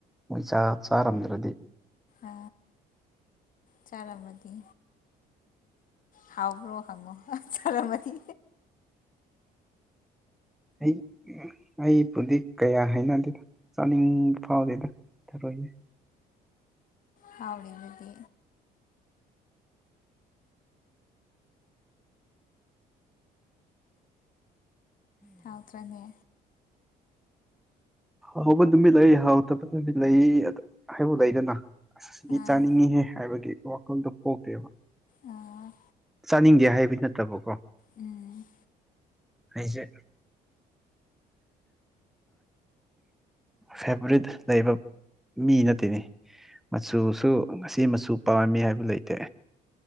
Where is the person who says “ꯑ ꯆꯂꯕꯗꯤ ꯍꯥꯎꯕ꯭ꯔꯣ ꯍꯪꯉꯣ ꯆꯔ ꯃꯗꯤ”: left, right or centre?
Left